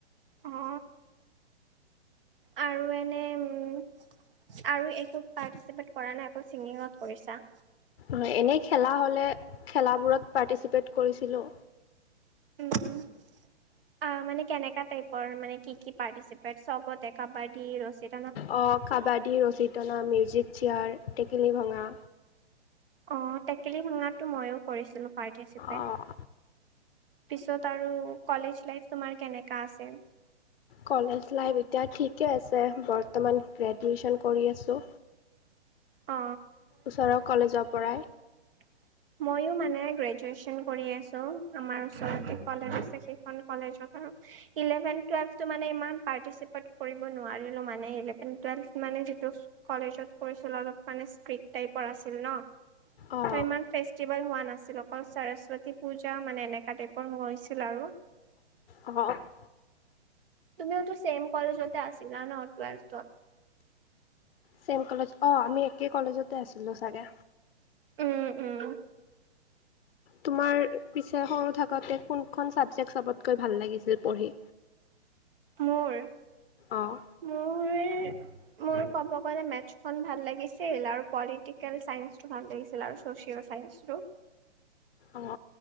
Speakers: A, on the right; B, on the left.
A: অ আৰু এনে উম আৰু একো পাৰ্টিচিপেট কৰা নাই অকল চিংগিঙত কৰিছা?
B: হয় এনেই খেলা হ'লে খেলাবোৰত পাৰ্টিচিপেট কৰিছিলো।
A: উম আ মানে কেনেকা টাইপৰ মানে কি কি পাৰ্টিচিপেট চবতে কাবাডী ৰচি
B: অ কাবাডী, ৰচী টনা, মিউজিক চেয়াৰ, টেকেলি ভঙা
A: অ টেকেলি ভঙাটো ময়ো কৰিছিলো পাৰ্টিচিপেট
B: অ'
A: পিছত আৰু কলেজ লাইফ তোমাৰ কেনেকা আছে
B: কলেজ লাইফ এতিয়া ঠিকে আছে বৰ্তমান গ্ৰেজুৱেচন কৰি আছো।
A: অ
B: ওচৰৰ কলেজৰ পৰাই
A: <inaudible> ময়ো মানে গ্ৰেজুৱেচন কৰি আছো আমাৰ ওচতে কলেজ আছে সেইখন কলেজত আৰু। ইলেভেন্ট টোয়েল্ভটো মানে ইমান পাৰ্টিশ্বিপেট কৰিব নোৱাৰিলো মানে, ইলেভেন্ট টোয়েলভ মানে যিটোছ কলেজত কৰিছিল অলপ মানে ষ্ট্ৰিক টাইপৰ আছিল ন ত
B: অঁ
A: ই ফেষ্টিভেল হোৱা নাছিল অকল সৰস্বতী পূজা মানে এনেকুৱা টাইপৰ হৈ হৈছিল আৰু।
B: অঅক <unintelligible>
A: তুমিওতো ছেম কলেজতে আছিলা ন টুৱেল্থত।
B: ছেম কলেজ অঁ আমি একে কলেজতে আছিলোঁ চাগে,
A: উম উম
B: তোমাৰ পিছে সৰু থাকোতে কোনখন ছাবজেক্ট চবতকৈ ভাল লাগিছিল পঢ়ি?
A: মোৰ
B: অঁ
A: মোৰ মোৰ ক'ব গ'লে মেথছখন ভাল লাগিছিল আৰু পলিটিকেল চাইন্সটো ভাল লাগিছিল আৰু। ছোচিয়েল চাইঞ্চটো।
B: অঁ